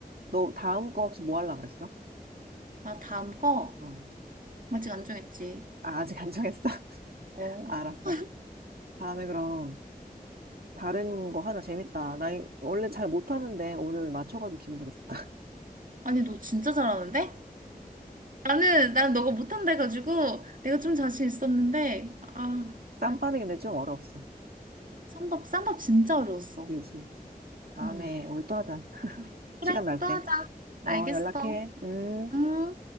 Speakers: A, on the right (about 75°); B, on the right (about 60°).
A: 너 다음 거 혹시 뭐 하려고 그랬어?
B: 아, 다음 거?
A: 어.
B: 아직 안 정했지.
A: 아, 아직 안 정했어? <laughs>
B: 어.
A: 알았어.
B: <laughs>
A: 다음에 그럼 다른 거 하자. 재밌다. 나 이- 원래 잘 못하는데 오늘 맞춰가지고 기분 되게 좋다.
B: 아니, 너 진짜 잘하는데? 나는 난 너가 못한다 해가지고 내가 좀 자신 있었는데 아
A: 쌈밥이
B: 나
A: 근데 좀 어려웠어.
B: 쌈밥 쌈밥 진짜 어려웠어.
A: 그지. 다음에
B: 응
A: 우리 또 하자.
B: 그래
A: 시간 날
B: 또
A: 때.
B: 하자.
A: 어,
B: 알겠어.
A: 연락해. 음.
B: 음.